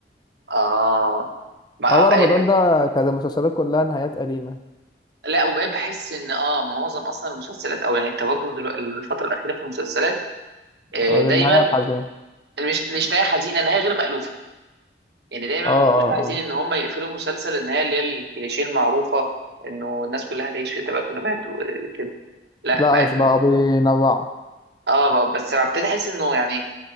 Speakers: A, on the right; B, on the left.
A: اه ما آه.
B: هو رمضان
A: آه،
B: ده كانت المسلسلات كلها نهايات أليمة
A: لا وبقيت بحس ان اه معظم اصلا المسلسلات او يعني التوجه دلوقتي الفتره الاخيره في المسلسلات آه،
B: آه، للنهاية
A: دايما
B: الحزينة
A: مش مش نهايه حزينه نهايه غير مألوفه يعني دايما
B: اه
A: ما بيبقوش
B: اه
A: عايزين
B: اه
A: ان هم يقفلوا المسلسل النهايه اللي هي الكليشيه المعروفه انه الناس كلها هتعيش في تبات ونبات وكده لا
B: لا
A: بقت
B: بقى بينوعوا
A: اه بقى بس ابتدي احس انه يعني